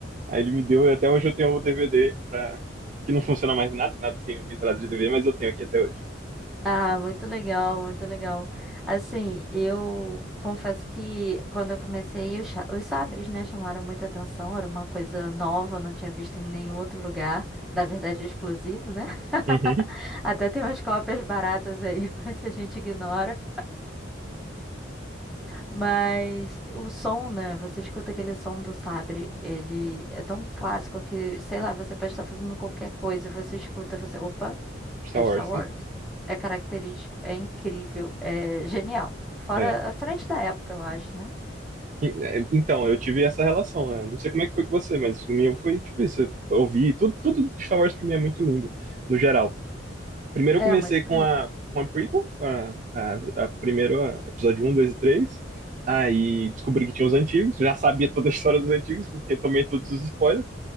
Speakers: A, on the right; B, in the centre.
A: Aí ele me deu e até hoje eu tenho o DVD pra, que não funciona mais nada, que nada tem entrada de DVD, mas eu tenho aqui até hoje.
B: Ah, muito legal, muito legal. Assim, eu confesso que quando eu comecei, os, cha- os sabres, né, chamaram muita atenção, era uma coisa nova, eu não tinha visto em nenhum outro lugar, na verdade, é exclusivo, né? <laughs>
A: Uhum.
B: Até tem umas cópias baratas aí, <laughs> mas a gente ignora. Mas o som, né, você escuta aquele som do sabre, ele é tão clássico que, sei lá, você pode estar fazendo qualquer coisa, você escuta, você, opa,
A: Star
B: é Star
A: Wars.
B: Wars.
A: né?
B: É característico, é incrível, é genial. Fora
A: É.
B: a frente da época, eu acho, né?
A: E- é, Então, eu tive essa relação. né? Não sei como é que foi com você, mas o meu foi tipo isso. Eu ouvi tudo, tudo de Star Wars pra mim é muito lindo, no geral. Primeiro eu comecei
B: É muito
A: com
B: bonito.
A: a, com a prequel, com a, a, a primeiro a- episódio um, 2 e três, Aí descobri que tinha os antigos, já sabia toda a história dos antigos, porque tomei todos os spoilers.